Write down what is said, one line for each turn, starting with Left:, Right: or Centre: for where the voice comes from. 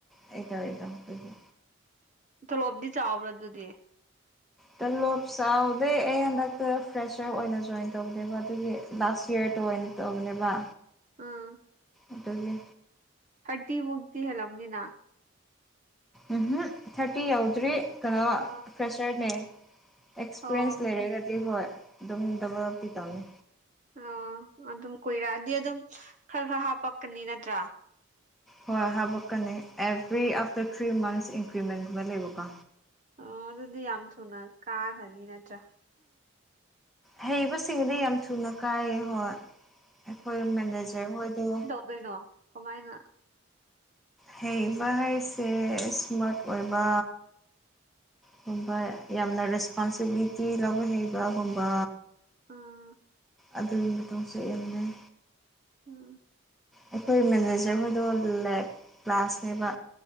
Centre: ꯑꯩ ꯇꯧꯔꯤꯗꫭ ꯑꯗꯨꯒꯤ
Right: ꯇꯣꯂꯣꯞꯇꯤ ꯆꯥꯎꯕ꯭ꯔꯥ ꯑꯗꯨꯗꯤ
Centre: ꯇꯂꯣꯞ ꯆꯥꯎꯗꯦ ꯑꯩ ꯍꯟꯗꯛꯇ ꯐ꯭ꯔꯦꯁꯔ ꯑꯣꯏꯅ ꯖꯣꯏꯟ ꯇꯧꯗꯦꯕ ꯑꯗꯨꯒꯤ ꯂꯁ ꯏꯌꯔꯗ ꯑꯣꯏꯅ ꯇꯧꯕꯅꯦꯕ
Right: ꯑꯥ
Centre: ꯑꯗꯨꯒꯤ
Right: ꯊ꯭ꯥꯔꯇꯤ ꯃꯨꯛꯇꯤ ꯍꯦꯜꯂꯝꯅꯤꯅ
Centre: ꯎꯝꯍꯨꯝ ꯊꯥ꯭ꯔꯇꯤ ꯌꯧꯗ꯭ꯔꯤ ꯀꯩꯅꯣ
Right: ꯑꯥ
Centre: ꯐ꯭ꯔꯦꯁꯔꯅꯦ ꯑꯦꯛꯁꯄꯤꯔꯌꯦꯟꯁ
Right: ꯑꯣ
Centre: ꯂꯩꯔꯒꯗꯤ ꯍꯣꯏ ꯑꯗꯨꯝ ꯗꯕꯜꯇꯤ ꯇꯧꯅꯤ
Right: ꯑꯣ ꯑꯗꯨꯝ ꯀꯨꯏꯔꯛꯑꯗꯤ ꯑꯗꯨꯝ ꯈꯔ ꯈꯔ ꯍꯥꯞꯄꯛꯀꯅꯤ ꯅꯠꯇ꯭ꯔꯥ
Centre: ꯍꯣꯏ ꯍꯥꯄꯛꯀꯅꯤ ꯑꯦꯚ꯭ꯔꯤ ꯑꯥꯐꯇꯔ ꯊ꯭ꯔꯤ ꯃꯟꯁ ꯏꯟꯀ꯭ꯔꯤꯃꯦꯟꯒꯨꯝꯕ ꯂꯩꯕꯀꯣ
Right: ꯑꯣ ꯑꯗꯨꯗꯤ ꯌꯥꯝ ꯊꯨꯅ ꯀꯥꯈ꯭ꯔꯅꯤ ꯅꯠꯇ꯭ꯔꯥ
Centre: ꯍꯩꯕꯁꯤꯡꯗꯤ ꯌꯥꯝ ꯊꯨꯅ ꯀꯥꯏ ꯍꯣꯏ ꯑꯩꯈꯣꯏ ꯃꯦꯅꯦꯖ꯭ꯔ ꯍꯣꯏꯗꫭ
Right: ꯗꫭꯏꯅꯣ ꯀꯃꯥꯏꯅ
Centre: ꯍꯩꯕ ꯍꯥꯏꯁꯦ ꯏꯁꯃꯥ꯭ꯔꯠ ꯑꯣꯏꯕ ꯒꯨꯝꯕ ꯌꯥꯝꯅ ꯔꯦꯁꯄꯣꯟꯁꯤꯕꯤꯂꯤꯇꯤ ꯂꯧꯕ ꯍꯩꯕꯒꯨꯝꯕ
Right: ꯎꯝ
Centre: ꯑꯗꯨꯏ ꯃꯇꯣꯡꯁꯨ ꯌꯥꯝ ꯂꯩ
Right: ꯍꯥ <unintelligible>
Centre: ꯑꯩꯈꯣꯏ ꯃꯦꯅꯦꯖꯔ ꯍꯣꯏꯗꯣ ꯂꯦꯛ ꯀ꯭ꯂꯥꯁꯅꯦꯕ